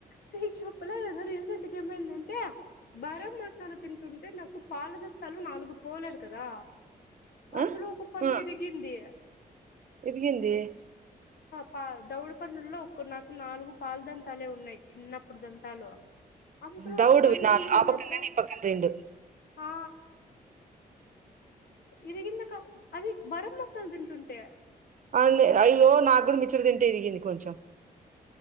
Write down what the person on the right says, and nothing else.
ఆ
ఆ
ఇరిగింది
దౌడువి
నాలు
ఆపన్న
రెం ఇప్పన్న రెండు
అ అయ్యో నా అడు మిత్ర్ర తింటే ఇరిగింది కొంచెం